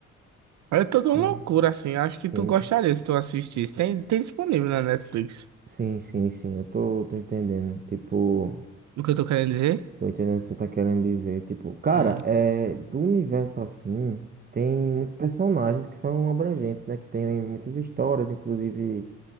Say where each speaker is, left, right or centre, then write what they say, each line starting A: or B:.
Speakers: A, on the right; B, on the right.
A: É toda uma
B: Sim,
A: loucura, assim. Acho que tu
B: sim,
A: gostaria se tu assistisse. Tem, tem disponível na Netflix.
B: sim, sim. sim, Eu tô, tô entendendo. Tipo.
A: O que eu tô querendo dizer?
B: Tô entendendo o que você tá querendo dizer. Tipo, cara,
A: Hum.
B: é, do universo assim, tem muitos personagens que são abrangentes, né? Que tem muitas histórias, inclusive,